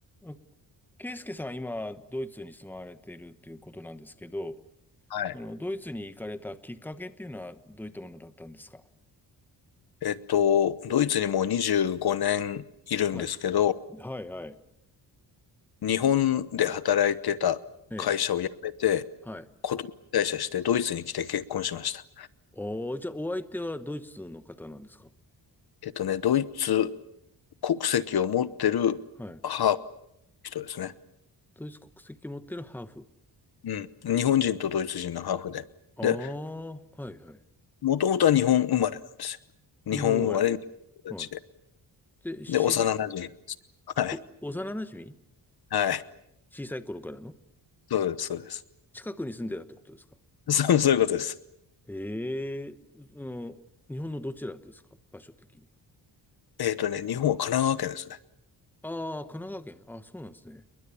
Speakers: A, in the centre; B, on the left.
A: あ圭介さんは今、ドイツに住まわれているということなんですけど、
B: はい。
A: そのドイツに行かれたきっかけっていうのはどういったものだったんですか
B: えっと、ドイツにもう25年いるんですけど、
A: はい、はい、はい。
B: 日本で働いてた会社を辞めて、
A: ええ、はい。
B: こと退社してドイツに来て結婚しました。
A: おーじゃあお相手はドイツの方なんですか
B: えっとね、ドイツ国籍を持ってるハーフの
A: はい。
B: 人ですね。
A: ドイツ国籍持ってるハーフ。
B: うん。日本人とドイツ人のハーフで。
A: ああ、
B: で、
A: はいはい。
B: もともとは日本生まれなんですよ。
A: 日本生ま
B: 日本生まれの人たちで。
A: れ。はい。で、知り、
B: で、幼馴染なんです。はい。
A: お、幼馴染
B: はい。
A: 小さい頃からの
B: そうです、そうです。
A: 近くに住んでたってことですか
B: そう、そういうことです。
A: ええ、その、日本のどちらですか場所的に
B: えっとね、日本は神奈川県ですね。
A: ああ、神奈川県。あそうなんですね。